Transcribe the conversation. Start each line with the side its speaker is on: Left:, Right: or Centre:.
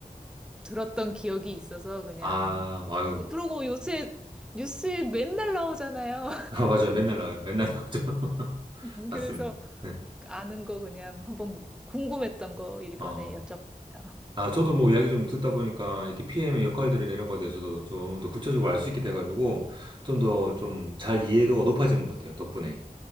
Centre: 들었던 기억이 있어서 그냥.
Right: 아, 아유,
Centre: 그러고 요새 뉴스에 맨날 나오잖아요.
Right: <laughs> 아, 맞아요. 맨날 나와요. 맨날 나오죠. <laughs>
Centre: <laughs>
Right: 맞습니다.
Centre: 그래서
Right: 네.
Centre: 아는 거 그냥 한번 궁금했던 거 이번에
Right: 어,
Centre: 여쭤봤어요. <laughs>
Right: 아, 저도 뭐 이야기 좀 듣다 보니까 이렇게 PM의 역할들이나 이런 거에 대해서도 좀 더 구체적으로 알 수 있게 돼가지고, 좀 더 좀 잘 이해도가 높아진 것 같아요. 덕분에.